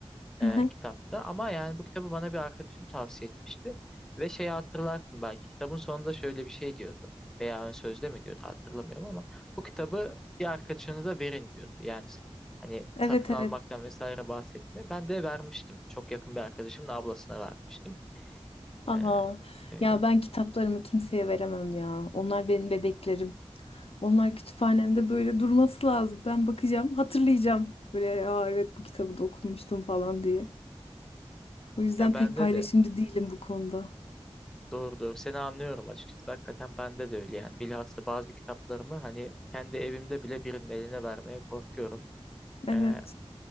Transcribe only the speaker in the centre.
e,
kitapta. Ama yani bu kitabı bana bir arkadaşım tavsiye etmişti. Ve şeyi hatırlarsın belki kitabın sonunda şöyle bir şey diyordu. Veya ön sözde mi diyordu hatırlamıyorum ama bu kitabı bir arkadaşınıza verin diyordu. Yani hani
satın
almaktan vesaire bahsetmiyor. Ben de vermiştim. Çok yakın bir arkadaşımın ablasına vermiştim.
E, öyle.
Ya bende
de
doğru doğru seni anlıyorum açıkçası. Hakikaten bende de öyle yani. Bilhassa bazı kitaplarımı hani kendi evimde bile birinin eline vermeye korkuyorum.
Ee,